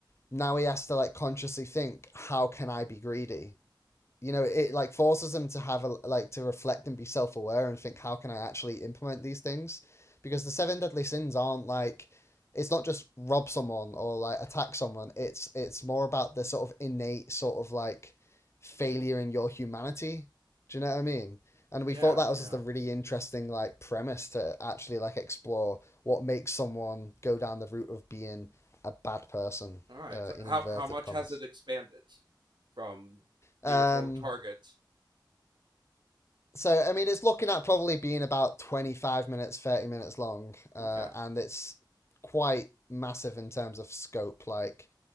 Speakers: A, on the left; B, on the right.
A: now he has to like consciously think, how can I be greedy? you know it like forces them to have a like to reflect and be self-aware and think how can i actually implement these things because the seven deadly sins aren't like it's not just rob someone or like attack someone it's it's more about the sort of innate sort of like failure in your humanity do you know what i mean and we
B: Yeah,
A: thought that was
B: yeah.
A: just a really interesting like premise to actually like explore what makes someone go down the route of being a bad person
B: All right.
A: uh,
B: So
A: in
B: how
A: inverted
B: how much
A: commas
B: has it expanded from
A: um
B: the original target?
A: so I mean, it's looking at probably being about twenty-five minutes, thirty minutes long, uh,
B: Okay.
A: and it's quite massive in terms of scope. Like